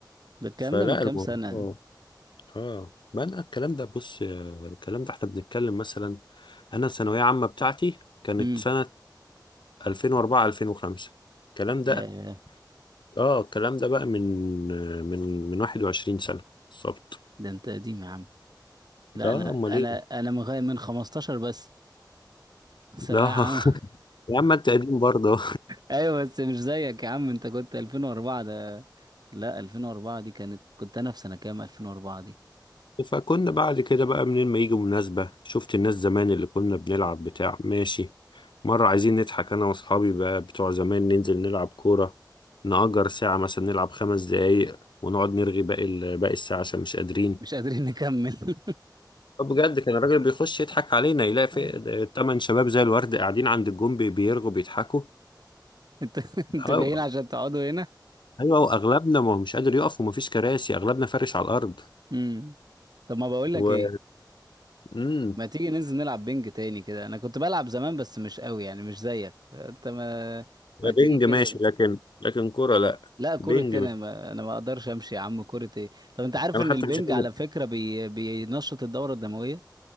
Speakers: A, on the right (about 60°); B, on the left (about 80°).
A: ده الكلام
B: فلا
A: ده من كام
B: الموضوع
A: سنة
B: اه ما انا الكلام ده بص آه، الكلام ده احنا بنتكلم مثلا انا الثانويه عامه بتاعتي كانت
A: امم
B: سنه 2004 2005 الكلام ده
A: يا
B: اه الكلام ده بقى من آه، من من 21 سنه بالظبط
A: ده انت قديم يا عم لا
B: اه
A: انا
B: امال
A: انا
B: ايه
A: انا من غاية- من 15 بس ثانوية
B: لا <laughs>
A: عامة
B: يا عم انت قديم برضه
A: ايوه بس مش زيك يا عم انت كنت 2004 ده لا 2004 دي كانت كنت انا في سنة كام 2004 دي
B: فكنا بعد كده بقى منين ما يجي مناسبة شفت الناس زمان اللي كنا بنلعب بتاع ماشي مرة عايزين نضحك أنا وأصحابي بقى بتوع زمان ننزل نلعب كورة نأجر ساعة مثلا نلعب خمس دقايق ونقعد نرغي باقي ال- باقي الساعة عشان مش قادرين
A: مش قادرين نكمل <laughs>
B: طب بجد كان الراجل بيخش يضحك علينا يلاقي في
A: أيوة.
B: تمن شباب زي الورد قاعدين عند الجون بي- بيرغوا بيضحكوا
A: انتوا انتوا
B: أيوة
A: جايين عشان تقعدوا هنا
B: أيوة وأغلبنا ما هو مش قادر يقف ومفيش كراسي أغلبنا فارش على الأرض
A: امم طب ما بقول لك
B: و...
A: ايه
B: مم.
A: ما تيجي ننزل نلعب بينج تاني كده انا كنت بلعب زمان بس مش قوي يعني مش زيك انت ما ما تيجي
B: بينج
A: كده
B: ماشي لكن لكن كورة لأ
A: لا كرة
B: بينج
A: انا ما... انا ما اقدرش امشي يا عم كرة ايه طب انت عارف
B: انا
A: ان
B: حتى
A: البنج
B: مش قادر
A: على فكرة بي... بينشط الدورة الدموية